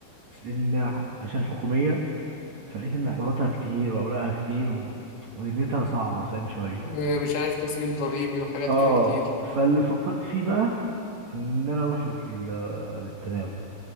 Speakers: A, on the right; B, on the left.
A: بس لان عشان حكوميه فلقيت ان حواراتها كتير واوراقها كتير و... ودنيتها صعبه فاهم شويه
B: ومش عارف تسجيل ضريبي وحاجات
A: اه
B: كده كتير
A: فاللي فكرت فيه بقى ان انا اروح لل... للتداول